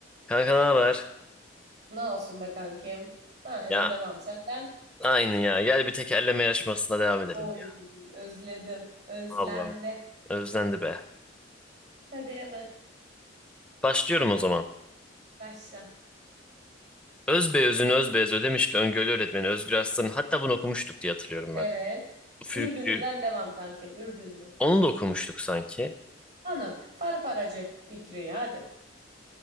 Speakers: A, in the centre; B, on the right (about 60°).
A: Kanka ne haber?
B: Ne olsun be kankim. Aynen
A: Ya
B: devam senden.
A: aynı ya. Gel bir tekerleme yarışmasına devam edelim
B: Oy
A: ya.
B: özledim. Özlendi.
A: Allah özlendi be.
B: Hadi hemen
A: Başlıyorum o zaman.
B: başla.
A: Özbeöz'ün Özbeöz Ödemişli Öngörü Öğretmeni Özgür Aslan'ın hatta bunu okumuştuk diye hatırlıyorum
B: Evet.
A: ben. Üfürükçü.
B: Ürdünlü'den devam kankim. Ürdünlü.
A: Onu da okumuştuk sanki.
B: Ana. Farfaracı Fikriye hadi.